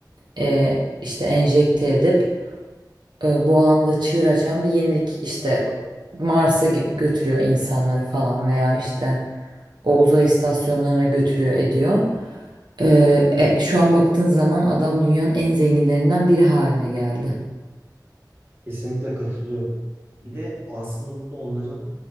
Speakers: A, on the right; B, on the right.
A: e, işte enjekte edip e, bu alanda da çığır açan bir yenilik işte Mars'a gö- götürüyor insanları falan veya işte o uzay istasyonlarına götürüyor ediyor. Ee, e, şu an baktığın zaman adam dünyanın en zenginlerinden biri haline geldi.
B: Kesinlikle katılıyorum. Bir de aslında burada onların